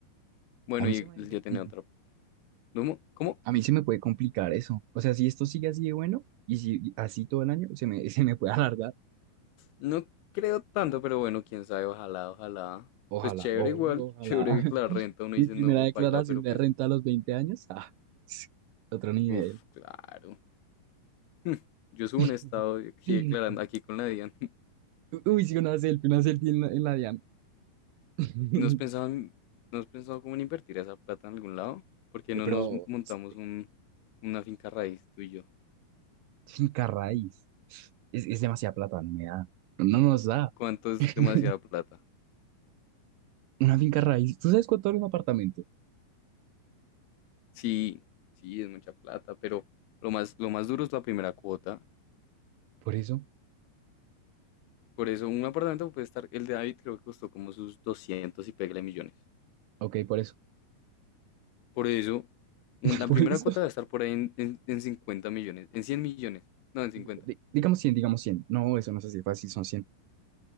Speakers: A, on the left (about 90°); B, on the right (about 80°).
A: Bueno,
B: A mí
A: y
B: se me,
A: yo tenía
B: mm,
A: otra. ¿Cómo? ¿Cómo?
B: a mí se me puede complicar eso. O sea, si esto sigue así de bueno y si así todo el año, se me, <laughs> se me puede alargar
A: No creo tanto, pero bueno, quién sabe, ojalá, ojalá.
B: Ojalá,
A: Pues chévere
B: obvio,
A: igual,
B: ojalá.
A: <laughs> chévere que la
B: <laughs>
A: renta. Uno
B: Mi
A: dice,
B: primera
A: no,
B: declaración
A: paila, pero
B: de
A: pues,
B: renta a los 20 años. Ah, <sniffs> <laughs> otro nivel.
A: uff, claro. <laughs> Mm. Yo subo
B: <laughs>
A: un estado y aquí declarando, aquí con la DIAN. <laughs>
B: Uy, sí, una selfie, una selfie en la, en la DIAN. <laughs>
A: ¿No has pensado, en- no has pensado cómo en invertir esa plata en algún lado? ¿Por qué
B: Pero,
A: no nos montamos
B: este,
A: un, una finca raíz tú y yo?
B: finca raíz. Es, es demasiada plata, no me da. No nos da.
A: ¿Cuánto es
B: <laughs>
A: demasiada plata?
B: Una finca raíz. ¿Tú sabes cuánto vale un apartamento?
A: Sí, sí, es mucha plata, pero lo más, lo más duro es la primera cuota.
B: Por eso.
A: Por eso un apartamento puede estar, el de David creo que costó como sus 200 y pégale millones.
B: Ok, por eso.
A: Por eso un-
B: <laughs>
A: la
B: Por
A: primera
B: eso.
A: cuota va a estar por ahí en, en, en 50 millones, en cien millones, no, en cincuenta,
B: Di- digamos 100, digamos 100. No, eso no es así fácil, son cien.